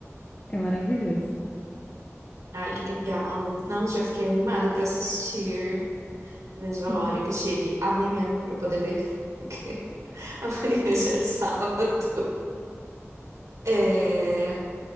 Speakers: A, on the left; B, on the right.
A: É maravilhoso.
B: Ai, que legal. Não, já fiquei animada pra assistir. Veja
A: Sim.
B: a hora que chegue amanhã pra eu poder ver. <laughs> Amanhã já é sábado. É...